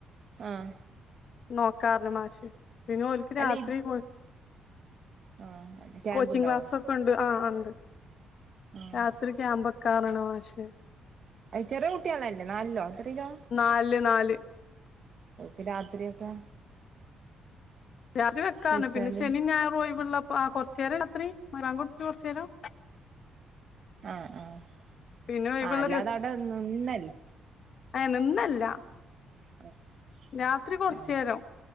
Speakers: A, on the right; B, on the left.
A: ആഹ്.
B: നോക്കാർണ് മാഷ്. പിന്നെ ഒൽക്ക്
A: അല്ല
B: രാത്രി
A: ഇ
B: പൊ
A: ആഹ് ക്യാമ്പ്
B: കോച്ചിങ്
A: ഉണ്ടാവും
B: ക്ലാസൊക്കെ ണ്ട് ആ ആ ണ്ട്
A: ആഹ്
B: രാ ഒര് ക്യാമ്പ് വെക്കാർണ് ണ് മാഷ്.
A: ചെറിയ കുട്ട്യാളല്ലേ നാലില്ലോ എത്രെലോ?
B: നാല്ല് നാല്.
A: ക്ക് രാത്രിയൊക്കെ
B: രാത്രി വെക്കാർണ്.
A: വെച്ചാല്
B: പിന്നെ ശെനി ഞായറു ഒയിവ്ള്ളപ്പൊ ആ കൊറച്ചേരം രാത്രി ബങ്കോട്ത്ട്ട് കൊറച്ചേരം
A: ആ ആഹ്.
B: പിന്നെ ഒഴിവുള്ള
A: ആ അല്ലാതെ അവ്ടെ നിന്നല്
B: അയ് നിന്നല്ല
A: <unintelligible>
B: രാത്രി കൊറച്ചേരം.
A: ആഹ്